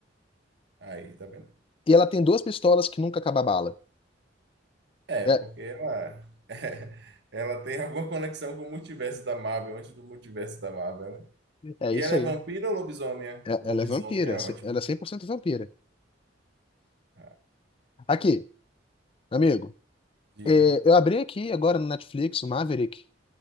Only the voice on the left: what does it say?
E ela tem duas pistolas que nunca acaba a bala.
É,
é
isso
aí.
É-
ela é vampira.
c- Ela é 100% vampira.
Aqui, amigo.
é, eu abri aqui agora no Netflix, o Maverick.